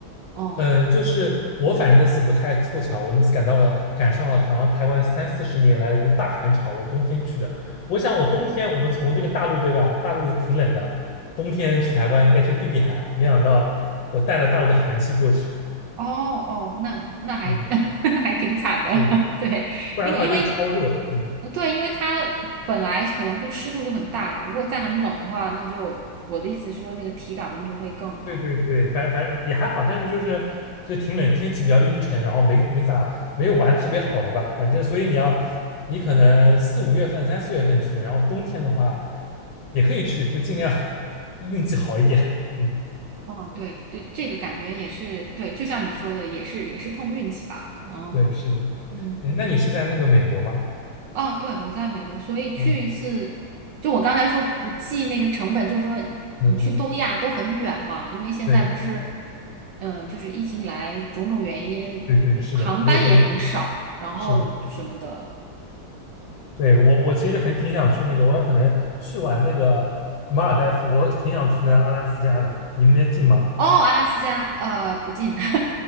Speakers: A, on the right; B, on the left.
A: 嗯。
B: 嗯，就是我反正那次不太凑巧，我那次赶到了，赶上了好像台湾三四十年来的一个大寒潮，我冬天去的。我想我冬天我们从这个大陆对吧，大陆也挺冷的，冬天去台湾应该去避避寒，没想到我带了大陆的寒气过去，
A: 哦哦，那那还
B: 嗯，
A: <laughs> 那还挺惨的，
B: 是的，
A: <laughs> 对，
B: 不然的话就是超热，
A: 因为因为
B: 嗯。
A: 呃对，因为它本来可能就湿度就很大嘛，如果再很冷的话，那就我的意思是说，那个体感温度会更冷。
B: 对对对，反正反正也还好，但是就是就挺冷，天气比较阴沉，然后没没咋没有玩特别好的吧，反正所以你要你可能四五月份、三四月份去，然后冬天的话也可以去，就尽量 <laughs> 运气好一点。嗯，
A: 哦，对对，这个感觉也是对，就像你说的，也是也是碰运气吧，可能，
B: 对，是的。
A: 嗯。
B: 哎，那你是在那个美国吗？
A: 啊，对，我在美国，所以去一次，
B: 嗯
A: 就我刚才说不计那个成本，就是说你去东亚都很远嘛，
B: 嗯嗯，
A: 因为现在不是，
B: 对
A: 嗯、就是疫情以来种种原因，
B: 对对，是的，
A: 航班也很少，
B: 没有恢复，
A: 然后什么的。
B: 是的。对我我其实很挺想去那个，我可能去完那个马尔代夫，我挺想去那个阿拉斯加的，你们那近吗？
A: 哦，阿拉斯加，呃，不近，<laughs>